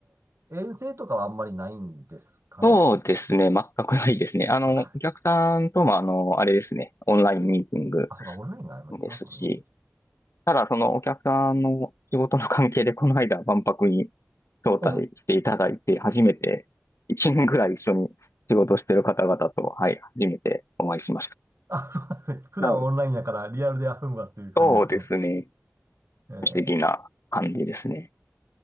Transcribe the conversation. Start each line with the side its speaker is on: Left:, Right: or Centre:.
Right: の、遠征とかはあんまりないんですかね。
Left: そうですね。全くないですね。あの、
Right: あ、
Left: お客さんとも、あの、あれですね。オンラインミーティング
Right: あそうか、オンラインが今できますもんね。
Left: ですし、ただ、そのお客さんの仕事の関係で、この間、万博に招待していただいて、
Right: お、
Left: 初めて、1年ぐらい一緒に仕事してる方々と、はい、初めてお会いしまし
Right: あ、そうなんですね。普段オンラインやからリアルであるのわっていう感じですかね。
Left: た。はい。そうですね。
Right: えー、
Left: 不思議な感じですね。